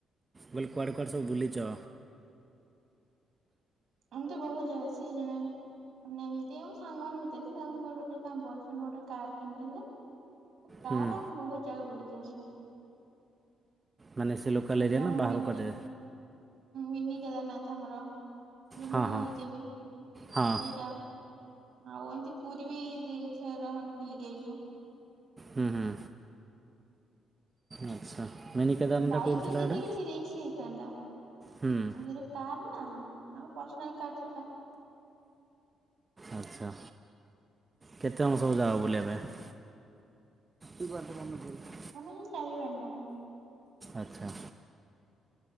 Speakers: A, on the right; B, on the right.
A: ମୁଁ କହିଲି କୁଆଡେ କୁଆଡ଼େ ସବୁ ବୁଲିଚ?
B: ଏମତି ବହୁତ ଜାଗା ସିଏ ଜଣେ ମାନେ ଏମତି ଆମ ସାଙ୍ଗମାନଙ୍କ ଭିତରେ ତାଙ୍କର ତା ବଏଫ୍ରେଣ୍ଡ ଗୋଟେ କାର କିଣିଥିଲା। କାରରେ
A: ହୁଁ
B: ଆମେ ବହୁତ ଜାଗା ବୁଲିକି ଆସୁ।
A: ମାନେ ସେ ଲୋକାଲ୍
B: ଯେମତି
A: ଏରିଆ
B: ଆମ
A: ନା ବାହାର
B: ମିିନି
A: କୁଆଡ଼େ
B: ମିିନି କେଦାରନାଥ ଆମର। ଯୋଉ
A: ହଁ
B: ନୂଆ
A: ହଁ
B: ହେଇଛି ଏବେ ସେଇଟା।
A: ହଁ
B: ଆଉ ଏମିତି ପୁରୀ ବି ଦି ଛେର ଖଣ୍ଡେ ବୁଲିକି ଆଇଛୁ।
A: ହୁଁ ହୁଁ। ଆଚ୍ଛା। ମିନି କେଦାରନାଥଟା
B: ବାଇକ୍
A: କେଉଁଠି
B: ହେଇଥିଲେ
A: ଥିଲା ଏଇଟା
B: କିଛି ରିକ୍ସ ହେଇଥାନ୍ତା।
A: ହୁଁ
B: ଆଉ ଯେହେ- କାର୍ ନା ତାଙ୍କ ପର୍ସନାଲ କାର୍ ସେଟା।
A: ଆଚ୍ଛା କେତେ ଜଣ ସବୁ ଯାଅ ବୁଲିବା ପାଇଁ? ଯୁଆଡେ ମନ କରୁ।
B: ଆମେ ସେଇ ଚାରି ପାଞ୍ଚ ଜଣ।
A: ଆଚ୍ଛା।